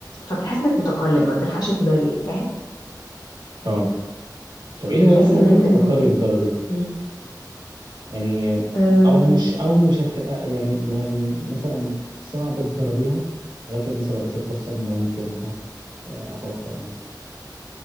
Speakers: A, on the left; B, on the right.
A: فبتحس انك متقلب ما بتلحقش تمل فاهم
B: اه طب ايه الهوايات
A: بلس
B: اللي
A: كمان
B: ممكن تفكري
A: ان ال-
B: تجربيها؟
A: مم.
B: يعني
A: أه
B: او مش او مش هتح... يعني ما م- مثلا صعب تجربيها ولكن مثلا لو جات لي فرصه ممكن ها افكر مثلا